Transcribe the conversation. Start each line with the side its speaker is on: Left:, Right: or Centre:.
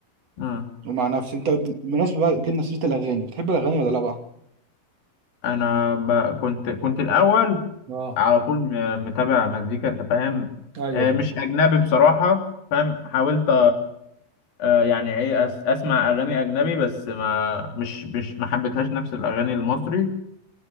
Left: مم.
Right: ومع نفسي انت بالمناسبه بقى جبنا سيره الاغاني بتحب الاغاني ولا لا بقى
Left: أنا ب... كنت كنت الأول
Right: اه
Left: على طول م... متابع مزيكا أنت فاهم
Right: ايوه
Left: آه،
Right: ايوه
Left: مش أجنبي بصراحة فاهم حاولت آه، يعني إيه أس... أسمع أغاني أجنبي بس ما مش مش ما حبيتهاش نفس الأغاني المصري